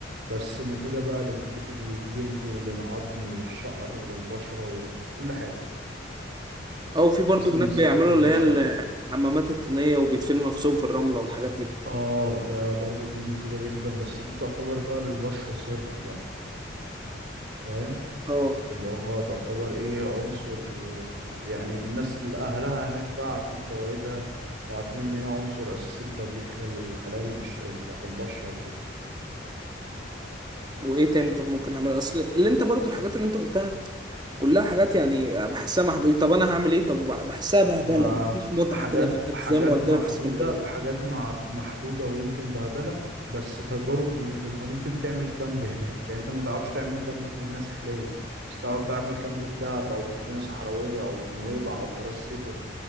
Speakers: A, on the right; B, on the right.
A: بس مفيدة بقى للج- للجلد وللعظم وللشعر وللبشرة وكل حاجة
B: او في برضه
A: تحسن
B: هناك
A: من صحة
B: بيعملوا
A: البشرة
B: اللي هي ال-
A: بتاعتك
B: الحمامات الطينية وبيدفنوا نفسهم في الرملة والحاجات دي
A: اه ده برضو دي مفيدة جدا بس دي تعتبر بقى للبشرة صرف بقى فاهم
B: اه
A: اللي هو تعتبر ايه عنصر يعني الناس اللي اهلها هناك بقى عارفين فوائدها وعارفين ان هي عنصر اساسي لتجديد خل الخلايا البش... بتاعت البشرة وكده
B: وايه تاني طب ممكن اعمله اصل اللي انت برضو الحاجات اللي انت قلتها كلها حاجات يعني بحسها محدودة طب انا هعمل ايه طب وبع- بحسها بهدلة
A: ما
B: مفيش متعة
A: حاجات
B: كده في النفس
A: حاجات
B: زي ما قلت
A: محدودة
B: لك في اسكندرية
A: حاجات مع- محدودة ويمكن بهدلة بس تجارب جديدة انت ممكن تعمل كامب هناك يعني انت ما تعرفش تعمل كامب في مدينة ساحلية بس تعرف تعمل كامب في دهب او في مدينة صحراوية او في نويبع او في راس سدر